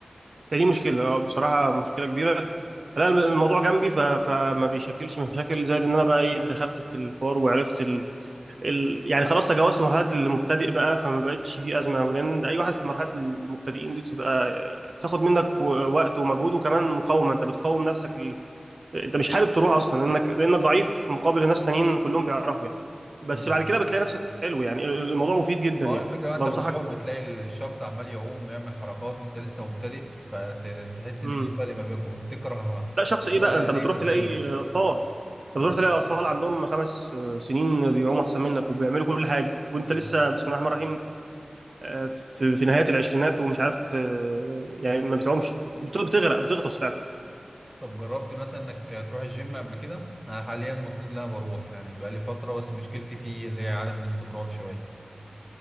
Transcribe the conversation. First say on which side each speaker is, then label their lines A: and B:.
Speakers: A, on the right; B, in the centre.
A: فدي مشكلة آه، بصراحة مشكلة كبيرة لا الم- الموضوع جنبي ف... فما بيشكلش مشاكل زائد إن أنا بقى إيه دخلت في الحوار وعرفت ال... يعني خلاص تجاوزت مرحله المبتدئ بقى فما بقتش في ازمه قوي لان انت اي واحد في مرحله المبتدئين دي بتبقى بتاخد منك و- وقت ومجهود وكمان مقاومه انت بتقاوم نفسك ال... انت مش حابب تروح اصلا لانك لانك ضعيف في مقابل ناس تانيين كلهم بيعرفوا يعني بس
B: مم.
A: بعد كده بتلاقي نفسك حلو يعني الموضوع مفيد جدا
B: ما
A: يعني
B: هو الفكرة بقى انت
A: بنصحك
B: بتروح بتلاقي الشخص عمال يعوم يعمل حركات وانت لسه مبتدئ فتحس
A: امم
B: ان في فرق ما بينكم تكره
A: لا شخص ايه
B: تقول
A: بقى
B: انا
A: انت
B: ليه
A: بتروح
B: مش زيه
A: تلاقي اطفال انت
B: مم.
A: بتروح تلاقي اطفال عندهم خمس سنين بيعوموا احسن منك وبيعملوا كل حاجه وانت
B: مم.
A: لسه بسم الله الرحمن الرحيم آه، في في نهايات العشرينات ومش عارف ت- يعني ما بتعومش بت- بتغرق بتغطس فعلا
B: طب جربت مثلا انك تروح الجيم قبل كده انا حاليا المفروض ان انا بروح يعني بقالي فتره بس مشكلتي فيه اللي هي عدم الاستمرار شويه